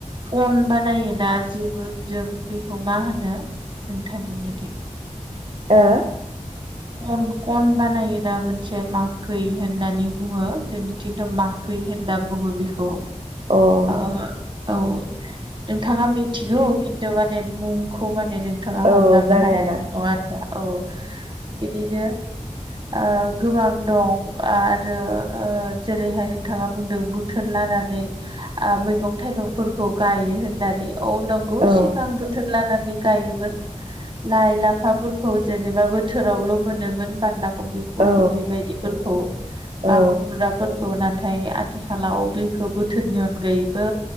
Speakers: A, on the right; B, on the right.
A: कन बानायोना जेबो जों बेखौ मा होनो नोंथांमोननि थिं
B: ओ
A: खन खन बानायोना मोनसे माखै होननानै बुङो जोंनिथिंथ' माखै खै होनना बुङो बेखौ
B: अह
A: ओ औ नोंथाङा मिथिगौ खिन्थु माने मुंखौ माने नोंथाङा हमदांनो
B: औ जागोनदां
A: हायाखै नङा होनबा औ बिदिनो ओ गोबां दं आरो ओ जेरैहाय नोंथाङा बुंदों बोथोर ला नानै ओह मैगं थाइगंफोरखौ गायो होननानै औ नंगौ
B: औ
A: सिगां बोथोर लानानै गायोमोन। लाइ-लाफाफोरखौ जेनेबा बोथोरावल' मोनोमोन बान्दा कबि फल
B: औ
A: कबि बेबायदिफोरखौ बा
B: औ
A: खुमब्राफोर खौ नाथाय आथिखालाव बेखौ बोथोरनि अनगायैबो